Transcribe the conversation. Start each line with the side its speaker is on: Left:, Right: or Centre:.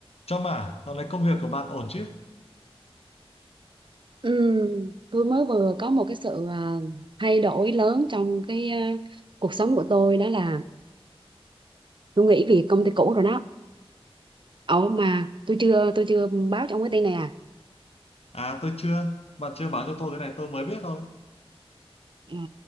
Left: Trâm à, dạo này công việc của bạn ổn chứ?
Right: Ừ, tôi mới vừa có một cái sự à, thay đổi lớn trong cái à, cuộc sống của tôi đó là tôi nghỉ việc công ty cũ rồi đó. Ồ mà tôi chưa tôi chưa báo cho ông cái tin này à.
Left: À tôi chưa, bạn chưa báo cho tôi cái này tôi mới biết thôi.
Right: Ờ,